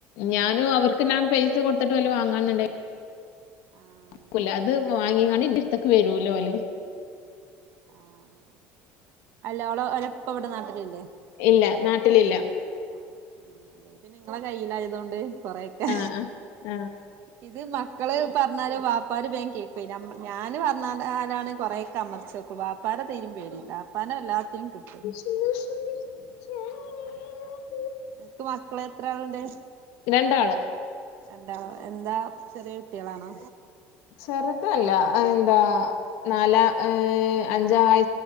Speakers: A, on the left; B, on the right.
A: ഞാനും
B: ആ
A: അവർക്ക്നാൻ പൈ സ കൊട്ത്ത്ട്ട് ഓല് വാങ്ങാൻന്ന്ണ്ടേയ്
B: ആഹ്
A: കുല അത്‌വാങ്ങിങ്ങാണ്ട് ഇന്റെട്ത്ത്ക്ക് വരൂല ഓല്
B: ആ ആ അല്ല ഓളെ ഓലെ ഇപ്പവിടെ നാട്ടിലില്ലേ
A: ഇല്ല നാട്ടിലില്ല
B: ആഹ് ഉം അതെ പിന്നെ ഇങ്ങളെ കയ്യിലായതൊണ്ട് കൊറൊക്കെ
A: ആ ആ ആ
B: ഇത് മക്കള് പർഞ്ഞാല് വാപ്പാര് വേം കേ പിന്നെ മ്മ ഞാന്പർഞ്ഞാലലാണ് കൊറേക്കെ അമർച്ച വാപ്പാരെ തീരിം പേടില്ല വാപ്പാനെ എല്ലാത്തിനും കിട്ടും.
A: <unintelligible>
B: ൻക് മക്കളെത്ര ആള്ണ്ട്
A: രണ്ടാള്
B: രണ്ടാളോ എന്താ ചെറിയ കുട്ടിയളാണോ?
A: ചെറുതല്ലഎന്താ നാലാ ഏ അഞ്ചാം വയ